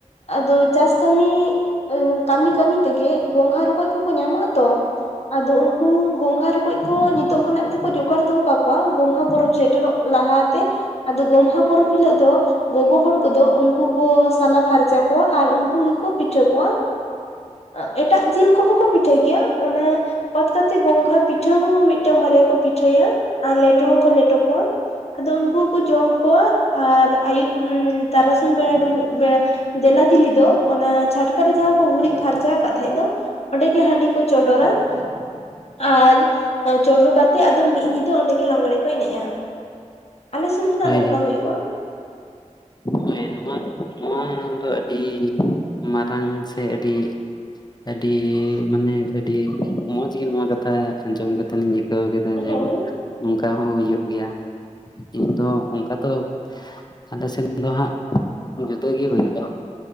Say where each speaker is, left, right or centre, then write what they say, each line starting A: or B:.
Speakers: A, on the left; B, on the left.
A: ᱟᱫᱚ ᱪᱟᱥ ᱠᱟᱹᱢᱤ ᱮᱝ ᱠᱟᱹᱢᱤ ᱠᱟᱹᱢᱤ ᱛᱮᱜᱮ ᱜᱚᱝᱜᱷᱟ ᱨᱚᱠᱚᱡ ᱠᱚᱠᱚ ᱧᱟᱢᱚᱜ-ᱟ ᱛᱚ᱾ ᱟᱫᱚ ᱩᱱᱠᱩ ᱜᱚᱝᱜᱷᱟ ᱨᱚ ᱠᱚᱡ ᱠᱚ ᱱᱤᱛᱚᱜ ᱠᱷᱚᱱᱟᱜ ᱜᱮᱠᱚ ᱡᱳᱜᱟᱲ ᱫᱚᱦᱚᱸ ᱟᱠᱚᱣᱟ᱾ ᱜᱚᱢᱦᱟ ᱯᱚᱨᱚᱵᱽ ᱥᱮᱴᱮᱨᱚᱜ ᱞᱟᱦᱟᱛᱮ᱾ ᱟᱫᱚ ᱜᱚᱢᱦᱟ ᱯᱚᱨᱚᱵᱽ ᱦᱤᱞᱳ ᱫᱚ ᱜᱚᱜᱚ ᱦᱚᱲ ᱠᱚᱫᱚ ᱩᱱᱠᱩ ᱠᱚ ᱥᱟᱞᱟ ᱯᱷᱟᱨᱪᱟ ᱠᱚᱣᱟ ᱟᱨ ᱩᱱᱠᱩ ᱜᱮᱠᱚ ᱯᱤᱴᱷᱟᱹ ᱠᱚᱣᱟ᱾ ᱮ ᱮᱴᱟᱜ ᱡᱤᱞ ᱠᱚᱦᱚᱸ ᱠᱚ ᱯᱤᱴᱷᱟᱹᱭ ᱜᱮᱭᱟ ᱚᱱᱟ ᱵᱟᱫ ᱠᱟᱛᱮ ᱜᱚᱝᱜᱷᱟ ᱯᱤᱴᱷᱟᱹ ᱦᱚᱸ ᱢᱤᱫᱴᱟᱝ ᱵᱟᱨᱭᱟ ᱠᱚ ᱯᱤᱴᱷᱟᱹᱭᱟ᱾ ᱟᱨ ᱞᱮᱴᱚ ᱦᱚᱸᱠᱚ ᱞᱮᱴᱚ ᱠᱚᱣᱟ ᱟᱫᱚ ᱩᱱᱠᱩ ᱦᱚᱸᱠᱚ ᱡᱚᱢ ᱠᱚᱣᱟ ᱟᱨ ᱟᱭᱩᱵ ᱩᱸ ᱛᱟᱨᱟᱥᱤᱧ ᱵᱮᱲᱟ ᱰᱩᱵᱩᱡ ᱵᱮᱲᱟ ᱫᱮᱞᱟ ᱫᱤᱞᱤ ᱫᱚ ᱚᱱᱟ ᱪᱷᱟᱴᱠᱟᱨᱮ ᱡᱟᱦᱟᱸ ᱠᱚ ᱜᱩᱨᱤᱡ ᱯᱷᱟᱨᱪᱟ ᱟᱠᱟᱫ ᱛᱟᱦᱮᱸᱫ ᱫᱚ ᱚᱸᱰᱮᱜᱮ ᱦᱟᱸᱰᱤ ᱠᱚ ᱪᱚᱰᱚᱨᱟ᱾ <inaudible> ᱟᱨ ᱮᱸ ᱪᱚᱰᱚᱨ ᱠᱟᱛᱮᱜ ᱟᱫᱚ ᱢᱤᱫ ᱧᱤᱫᱟᱹ ᱚᱸᱰᱮ ᱜᱮ ᱞᱟᱸᱟᱜᱽᱬᱮ ᱠᱚ ᱮᱱᱮᱡᱼᱟ᱾ ᱟᱞᱮ ᱥᱮᱱ ᱫᱚ ᱱᱟᱦᱟᱜ
B: ᱦᱳᱭ
A: ᱱᱚᱝᱠᱟ ᱦᱩᱭᱩᱜᱼᱟ᱾
B: ᱦᱳᱭ ᱱᱚᱣᱟ ᱫᱚ ᱱᱚᱣᱟ ᱫᱚ ᱟᱹᱰᱤ ᱢᱟᱨᱟᱝ ᱥᱮ ᱟᱹᱰᱤ ᱟᱹᱰᱤ ᱢᱟᱱᱮ ᱟᱹᱰᱤ ᱢᱚᱸᱡᱽ ᱜᱮ ᱱᱚᱣᱟ ᱠᱟᱛᱷᱟ ᱟᱸᱡᱚᱢ ᱠᱟᱛᱮᱱ ᱤᱧ ᱠᱟᱹᱣ ᱠᱮᱫᱟ ᱡᱮ
A: ᱦᱮᱸ
B: ᱱᱚᱝᱠᱟ ᱦᱚᱸ ᱦᱩᱭᱩᱜ ᱜᱮᱭᱟ᱾ ᱤᱧ ᱫᱚ ᱚᱱᱠᱟ ᱛᱚ ᱟᱞᱮ ᱥᱮᱱ ᱫᱚ ᱦᱟᱸᱜ ᱡᱩᱫᱟᱹ ᱜᱮ ᱦᱩᱭᱩᱜᱼᱟ᱾